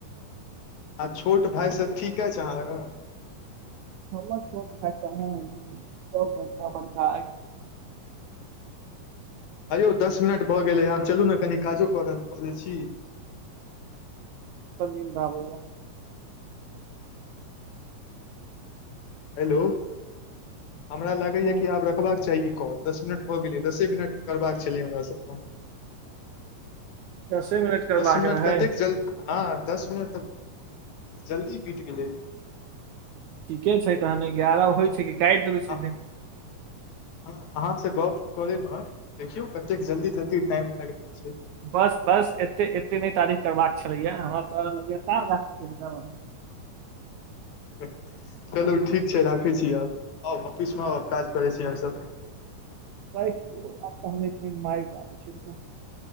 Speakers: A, on the left; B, on the right.
A: आ छोट भााय सब ठीक अछि अहाँ लंग
B: हमर छोट भाइ कहां अइ सब बड़का बड़का अई
A: हे यौ दस मिनट भ गेलै आब चलू ने कनि काजो क लै छी
B: त नीन्द आबैया
A: हेलो हमरा लागै
B: हँ
A: या कि आब रखबाक चाही क दस मिनट भ गेलै दसे मिनट करबाक छलै हमरा सबके
B: दसे मिनट करबाक
A: दस मिनट
B: रहै
A: कतेक जल्दी हँ दस मिनट तऽ जल्दी बीत गेलै
B: ठीके छै तहन एगारह होइ छै काटि देबै सीधे
A: आ- हँ अहाँ से गप करे मे देखियौ कतेक जल्दी जल्दी टाइम भागि रहल छै
B: बस बस एतेक एतेक नहि तारीफ करबाक छलैए या हमरा तऽ लगातार - <inaudible>
A: हँ चलू ठीक छै राखै छी आब आउ ऑफिसमे आउ काज करै छी हमसभ
B: राखि दियौ आब तऽ हम एक नींद मारि क आबै छी त